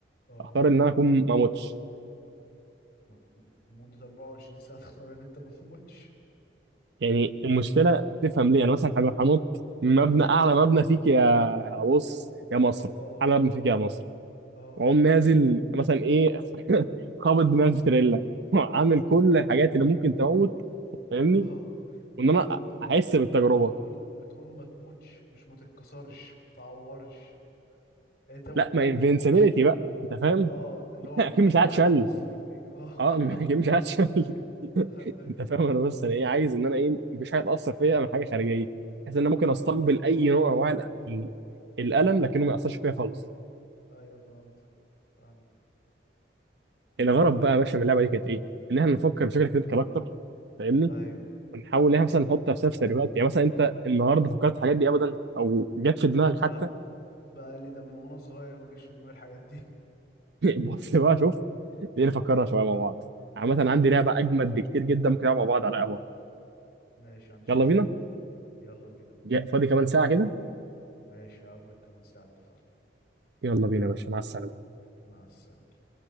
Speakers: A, on the left (about 50°); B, on the right (about 70°).
A: اه
B: اختار ان انا اكون ما اموتش
A: ما- ت- لمده 24 ساعه تختار ان انت ما تموتش
B: يعني المشكله تفهم ليه انا مثلا هبقى هنط من مبنى اعلى مبنى فيك يا بص يا مصر
A: اه
B: اعلى مبنى
A: اه
B: فيك يا مصر
A: اه
B: واقوم نازل مثلا ايه <laughs> خابط دماغي في تريلا عامل
A: اه
B: كل الحاجات اللي ممكن تموت فاهمني
A: اه ما
B: وان انا
A: انت بتقول
B: احس بالتجربه
A: انت بتقول بتقول ما تموتش مش ما تتكسرش ما تتعورش يعني انت ممكن
B: لا ما
A: ما
B: انفنسبيلتي
A: تموتش
B: بقى انت فاهم
A: اه اللي هو
B: <laughs> اكيد
A: ما فيش
B: مش
A: اي
B: هتشل
A: حاجه تاثر فيك اه
B: اه
A: <laughs>
B: <laughs> ما مش عارف <laughs>
A: ايوه ايوه
B: انت فاهم انا بس انا ايه عايز ان انا ايه مفيش حاجه تاثر فيا من حاجه خارجيه بحيث ان انا ممكن
A: ايوه
B: استقبل
A: فاهم
B: اي نوع من انواع ال- ال- الالم لكنه ما ياثرش فيا خالص
A: ايوه فهمت فهمت
B: الغرض بقى يا باشا من اللعبه دي كانت ايه؟ ان احنا نفكر بشكل كريتيكال اكتر فاهمني؟
A: ايوه
B: ونحاول ان احنا مثلا نحط نفسنا في سيناريوهات يعني مثلا انت النهارده فكرت في الحاجات دي ابدا او جت في دماغك
A: لا
B: حتى
A: بقى لي ده من وانا صغير ما جاش في دماغي الحاجات دي <laughs>
B: <laughs> بص بقى شوف دي نفكرها
A: اه
B: شويه مع بعض عامه
A: ايوه
B: عندي لعبه اجمد بكتير جدا ممكن نلعبها مع بعض على قهوه
A: ماشي ما عنديش
B: يلا
A: مشكله
B: بينا
A: يلا بينا
B: جاي- فاضي كمان ساعه كده
A: ماشي اقابلك كمان ساعه اتفقنا
B: يلا بينا يا باشا مع السلامه
A: مع السلامه